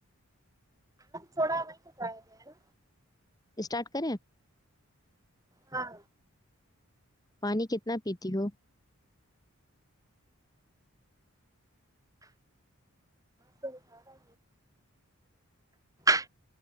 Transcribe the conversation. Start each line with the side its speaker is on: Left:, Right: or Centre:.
Right: تھوڑا شک ہے نا
Left: اسٹارٹ کریں
Right: ہاں
Left: پانی کتنا پیتی ہو
Right: س کاارا <unintelligible>